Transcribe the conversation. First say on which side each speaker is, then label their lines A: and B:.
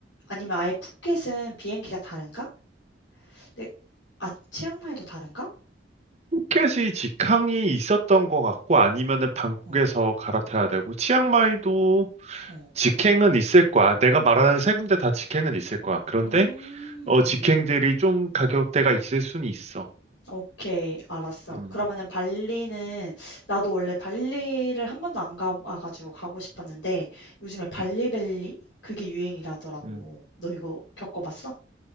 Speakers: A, on the left; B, on the right.
A: 아니면 아예 푸켓은 비행기가 다른가? 네. 아 치앙마이도 다른가?
B: 푸켓이 직항이 있었던 것 같고 아니면은 방콕에서
A: 어.
B: 갈아타야 되고 치앙마이도
A: 어.
B: 직행은 있을 거야. 내가 말하는 세 군데 다 직행은 있을 거야. 그런데
A: 음.
B: 어 직행들이
A: 음.
B: 좀 가격대가 있을 수는 있어.
A: 오케이. 알았어.
B: 음,
A: 그러면은 발리는 나도 원래 발리를 한 번도 안 가봐 가지고 가고 싶었는데 요즘에 발리벨리 그게 유행이라더라고.
B: 음.
A: 너 이거 겪어 봤어?